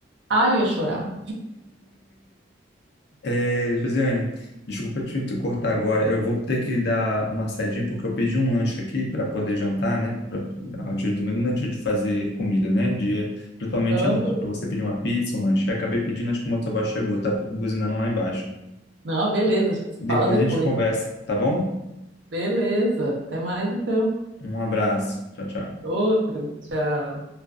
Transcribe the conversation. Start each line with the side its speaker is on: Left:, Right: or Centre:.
Right: Ah, eu ia chorar.
Left: É, Josiane, desculpa te, te cortar agora. Eu vou ter que dar uma saidinha porque eu pedi um lanche aqui para poder jantar, né? Pra, ao dia de domingo não é dia de fazer comida, né? Dia, principalmente
Right: Aham.
Left: à noite, para você pedir uma pizza, um lanche. Eu acabei pedindo, acho que o motoboy chegou, tá buzinando lá embaixo.
Right: Não, beleza, a gente se
Left: Depois
Right: fala depois.
Left: a gente conversa, tá bom?
Right: Beleza, até mais então.
Left: Um abraço. Tchau, tchau.
Right: Outro, tchau.